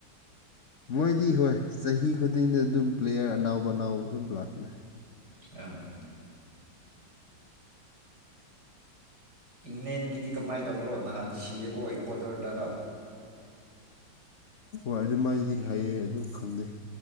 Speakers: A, on the left; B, on the right.
A: ꯃꯣꯏꯗꯤ ꯍꯣꯏ ꯆꯍꯤ ꯈꯨꯗꯤꯡꯗ ꯑꯗꯨꯝ ꯄ꯭ꯂꯦꯌꯔ ꯑꯅꯥꯎ ꯑꯅꯥꯎꯕ ꯑꯗꯨꯝ ꯂꯥꯛꯄꯅꯦ
B: ꯑꯥ ꯏꯪꯂꯦꯟꯒꯤꯗꯤ ꯀꯃꯥꯏꯅ ꯇꯧꯕꯔꯣ ꯅꯍꯥꯟ ꯁꯤꯌꯦꯀꯣ ꯏꯀꯣꯗꯔꯗꯔꯥ
A: ꯍꯣꯏ ꯑꯗꯨꯃꯥꯏꯗꯤ ꯍꯥꯏꯌꯦ ꯑꯗꯨ ꯈꯪꯗꯦ